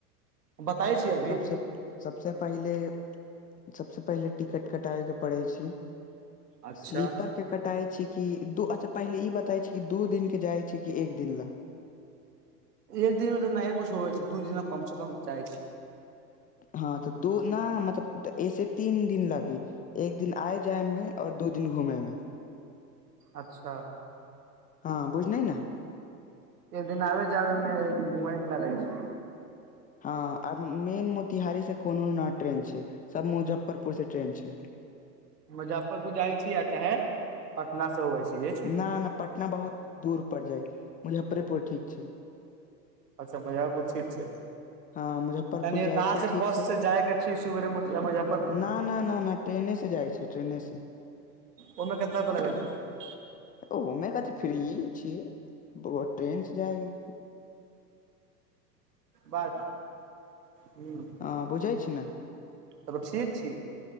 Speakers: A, on the right; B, on the left.
A: बताै छियै।
B: सबसँ सबसँ पहिले। सबसे पहिले टिकट कटाबै के पड़ै छी
A: अच्छा।
B: स्लीपर के कटाइ छै कि दू अच्छा पहिले ई बताय छै कि दू दिन के जाय छै कि एक दिन ला
A: एक दिनमे तऽ नहि कुछ होवै छै दू दिन कम से कम चाहै छै
B: हाँ तऽ दू ना मतलब एक से तीन दिन लगि एक दिन आए जायमे आओर दू दिन घूमेैमे
A: अच्छा
B: हाँ बुझलै न
A: एक दिन आबे जाबेमे एक दिन घूमयमे लगै छै
B: हाँ आ मेन मोतिहारी से कोनो ने ट्रेन छै सब मुजफ्फरपुर से ट्रेन छै।
A: मुजफ्फरपुर जाइ छी आ चाहे पटना से अबै छी इहे छै
B: न
A: नु
B: न पटना बहुत दूर पर जाय मुजफ्फरेपुर ठीक छै।
A: अच्छा मज्फपुर ठीक छै।
B: हँ मुजफ्फरपुर
A: यानि
B: जाइ
A: त इहाँ
B: छै
A: से
B: ठीक
A: बस
B: छै
A: से जायके छै सुबेरे मो-मुजफ्फरपुर।
B: न न न न ट्रेने से जाइके छै ट्रेने से
A: ओहिमे केतला त लगइ छै
B: ओमे कती त फ्रीये छियै ट्रेन से जाए
A: बात हूँ
B: हाँ बुझै छी ने
A: तब ठीक छी